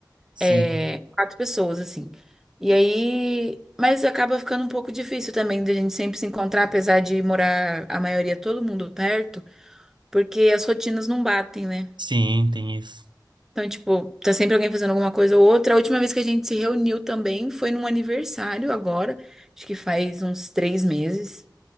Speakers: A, on the right; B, in the centre.
A: Sim,
B: É, quatro pessoas, assim. E aí. Mas acaba ficando um pouco difícil também da gente sempre se encontrar, apesar de morar a maioria, todo mundo perto, porque as rotinas não batem, né?
A: sim, tem isso.
B: Então, tipo, tá sempre alguém fazendo alguma coisa ou outra. A última vez que a gente se reuniu também foi num aniversário agora, acho que faz uns três meses.